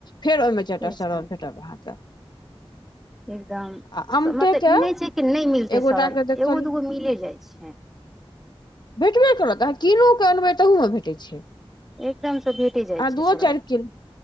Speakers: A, on the left (about 45°); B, in the centre.
A: फेर ओहि मे चारिटा
B: से
A: सरल
B: छै
A: भेटत अहाँके
B: एकदम
A: आ अमटेके
B: मतलब ई नहि छै कि नहि मिलतै
A: एक गोटाके
B: सड़ल
A: देखल
B: एगो दूगो मिले जाइ छै
A: भेटबे करत अहाँ कीनो के अनबै तहू मे भेटे छै
B: एकदमसँ भेटे जाइ
A: आ
B: छै
A: दूओ
B: सड़ल
A: चारि किल